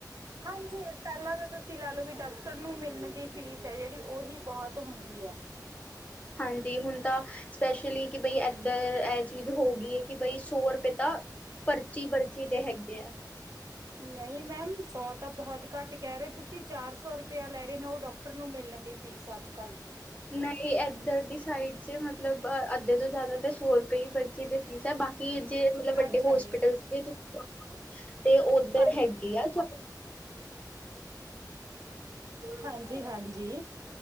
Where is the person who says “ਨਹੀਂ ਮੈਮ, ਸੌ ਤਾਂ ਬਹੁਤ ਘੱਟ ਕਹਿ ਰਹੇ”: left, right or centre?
Right